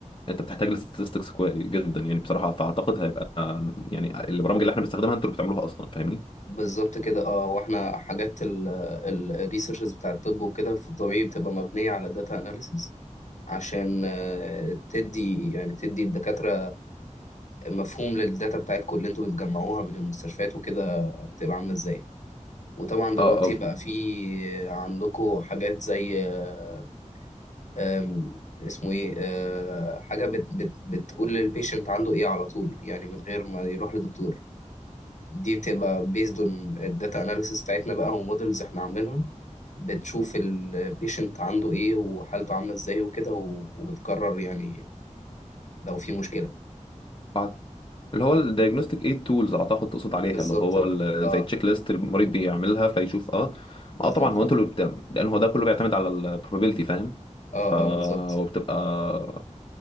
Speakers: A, on the left (about 40°); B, on the left (about 70°).
A: انت بتحتاج الستاتستكس جدا يعني بصراحه فاعتقد هيبقى آه، يعني البرامج اللي احنا بنستخدمها انتوا اللي بتعملوها اصلا فاهمني؟
B: بالظبط كده اه واحنا حاجات الريسيرشز بتاع الطب وكده في الطبيعي بتبقى مبنيه على داتا اناليسيس عشان آه، تدي يعني تدي الدكاتره مفهوم للداتا بتاعتكم اللي انتوا بتجمعوها من المستشفيات وكده تبقى عامله ازاي وطبعا دلوقتي
A: اه اه
B: بقى في عندكم حاجات زي آه، آم، اسمه ايه آه، حاجة بت بت بتقول للبيشنت عنده ايه على طول يعني من غير ما يروح لدكتور دي بتبقى based on الداتا analysis بتاعتنا بقى ومودلز احنا عاملينها بتشوف البيشنت عنده ايه وحالته عاملة ازاي وكده و- وبتقرر يعني لو في مشكلة
A: أع- اللي هو الدايجنوستيك ايد تولز اعتقد تقصد عليها
B: بالظبط
A: اللي هو ال-
B: اه
A: زي تشيك ليست المريض بيعملها فيشوف اه
B: بالظبط
A: اه طبعا هو
B: اه
A: انتوا اللي بت... لان هو ده كله بيعتمد على البروبابيلتي فاهم؟
B: اه
A: ف
B: آه، بالظبط
A: وبتبقى